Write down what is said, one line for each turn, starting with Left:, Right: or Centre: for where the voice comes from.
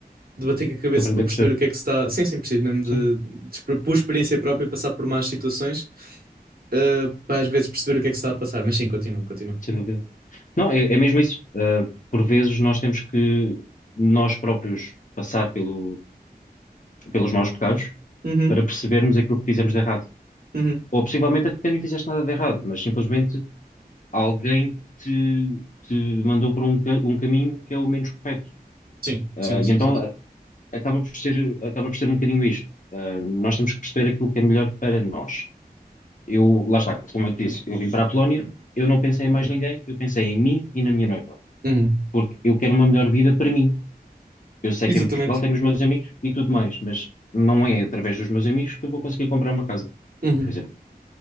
Right: de bater com a cabeça
Left: de aprender
Right: para perceber
Left: com os erros.
Right: o que é que se está. Sim, sim, preciso mesmo de,
Left: Sim,
Right: de exper- por experiência própria, passar por más situações, eh, para às vezes perceber o que é que se está a passar. Mas sim, continua, continua.
Left: sem dúvida. Não, é, é mesmo isso. Uh, por vezes nós temos que nós próprios passar pelo, pelos maus pecados
Right: Uhum,
Left: para percebermos aquilo que fizemos de errado.
Right: uhum.
Left: Ou possivelmente até nem fizeste nada de errado, mas simplesmente alguém te, te mandou por um, ca- um caminho que é o menos correto.
Right: Sim,
Left: Ah,
Right: sim,
Left: e
Right: sim,
Left: então
Right: sim. sim.
Left: ah, acaba por ser, acaba por ser um bocadinho isto. Ah, nós temos que perceber aquilo que é melhor para nós. eu, lá está, como eu te disse, eu vim para a Polónia, eu não pensei em mais ninguém, eu pensei em mim e na minha noiva,
Right: Uhum.
Left: porque eu quero uma melhor vida para mim. Eu sei
Right: Exatamente.
Left: que em Portugal tenho os meus amigos e tudo mais, mas não é através dos meus amigos que eu vou conseguir comprar uma casa,
Right: Uhum.
Left: por exemplo.